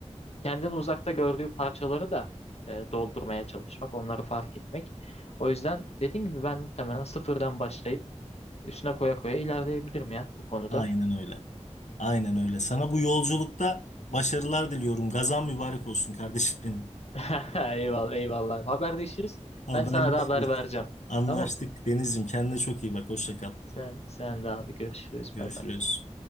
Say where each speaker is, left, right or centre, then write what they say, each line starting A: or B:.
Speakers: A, on the left (about 60°); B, on the left (about 80°).
A: kendini uzakta gördüğü parçaları da e, doldurmaya çalışmak, onları fark etmek. O yüzden dediğim gibi ben muhtemelen sıfırdan başlayıp üstüne koya koya ilerleyebilirim ya bu konuda.
B: Aynen öyle. Aynen öyle. Sana bu yolculukta başarılar diliyorum. Gazan mübarek olsun kardeşim benim.
A: <laughs> Eyvallah, eyvallah. Haberleşiriz.
B: Haberleşiriz.
A: Ben sana da haber vereceğim.
B: Anlaştık
A: Tamam.
B: Deniz'ciğim. Kendine çok iyi bak. Hoşça kal.
A: Sen sen de abi görüşürüz.
B: Görüşürüz.
A: Bay bay.